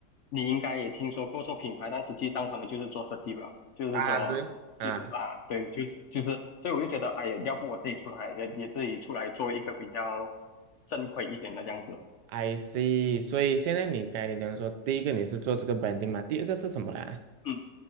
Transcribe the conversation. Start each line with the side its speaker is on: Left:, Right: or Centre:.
Left: 你应该也听说过做品牌，但实际上他们就是做设计吧，就是说就是啊对，
Right: 啊，对啊
Left: 就是就是，所以我就觉得哎呀，要不我自己出来也也自己出来做一个比较正规一点的这样子，
Right: ，I see。所以现在你该才你讲说，第一个你是做这个 branding 嘛，第二个是什么啦？
Left: 嗯。